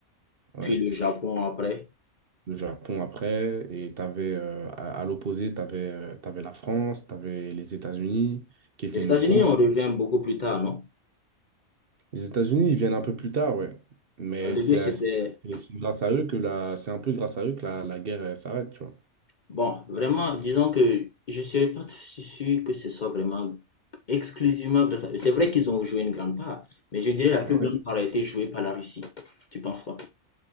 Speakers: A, on the right (about 50°); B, on the left (about 45°).
A: Ouais.
B: puis le Japon après.
A: Le Japon après, et t'avais, euh, à, à l'opposé, t'avais, euh, t'avais la France, t'avais les États-Unis, qui étaient
B: Les États-Unis,
A: une grosse...
B: on revient beaucoup plus tard, non?
A: Les États-Unis, ils viennent un peu plus tard, ouais. Mais
B: Au début,
A: c'est assez-
B: c'était
A: c'est c'est grâce à eux que la... C'est un peu grâce à eux que la, la guerre elle s'arrête, tu vois.
B: Bon, vraiment, disons que je ne serais pas si sûr que ce soit vraiment exclusivement grâce à eux. C'est vrai qu'ils ont joué une grande part, mais je dirais la
A: Ouais.
B: plus grande
A: Ouais,
B: part a été jouée par la Russie. Tu penses pas?